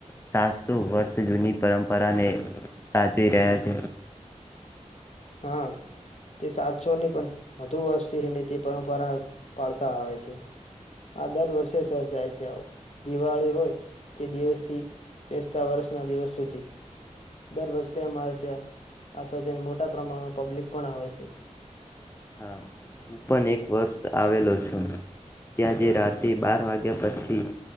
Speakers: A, on the left; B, on the left.
A: સાતસો વર્ષ જૂની પરંપરાને સાચવી રહ્યા છે
B: હા તે સાતસો ની પણ વધુ વર્ષથી ને તે પરંપરા પાળતા આવે છે આ દર વર્ષે સર્જાય છે આવ દિવાળી હોય તે દિવસથી બેસતા વર્ષના દિવસ સુધી દર વર્ષે અમારે ત્યાં આ સર્જન મોટા પ્રમાણમાં પબ્લિક પણ આવે છે
A: હા હું પણ એક વર્ષ આવેલો છું ત્યાંથી રાત્રે બાર વાગ્યા પછી